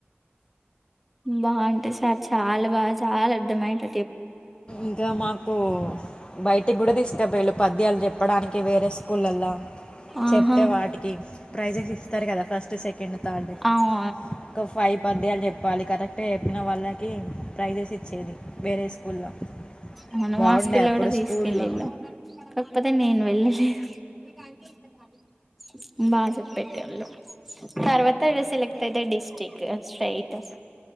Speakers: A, in the centre; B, on the left (about 25°).
A: బాగుంటే సార్ చాలా బాగా చాలా అర్థమ్యేటట్టు
B: ఇంకా మాకు బయటికి కూడా దిష్ట బేల్ పద్యాలు చెప్పడానికి వేరే స్కూళల్లో
A: ఆహా
B: చెప్తే వాటికి ప్రైజెస్ ఇస్తారు కదా ఫస్ట్ సెకండ్ థర్డ్
A: అవు
B: ఒక ఫైవ్ పద్యాలు చెప్ప పాలి కరెక్ట్గా చెప్పిన వాళ్ళకి ప్రైజెస్ ఇచ్చేది వేరే స్కూల్లో
A: అవును
B: బాగుండే
A: మా స్కుల్లో
B: అప్పుడు
A: కూడా తీసుకెళ్ళళ్ళు
B: స్కూల్లో
A: కాకపోతే నేను వెళ్ళలేదు మీకు అన్ని ఈడ <inaudible> బాజ పెట్టే వాళ్ళు తర్వాత ఇగ సెలెక్ట్ అయితే డిస్టిక్ స్ట్రేట్